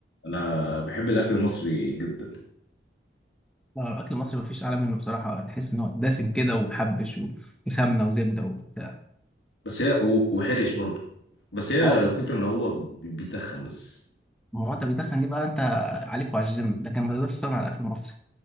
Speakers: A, on the left; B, in the centre.
A: انا بحب الاكل المصري جدا
B: لا، الأكل المصري مفيش أعلى منه بصراحة تحس إن هو دسم كده ومحبش و- وسمنة وزبدة وبتاع
A: بس هي و- وحرش برضه بس هي
B: أه
A: الفكره ان هو بي- بيتخن بس
B: ما هو أنت بيتخن دي بقى أنت عليك وعلى الجيم لكن ما تقدرش تستغنى عن الأكل المصري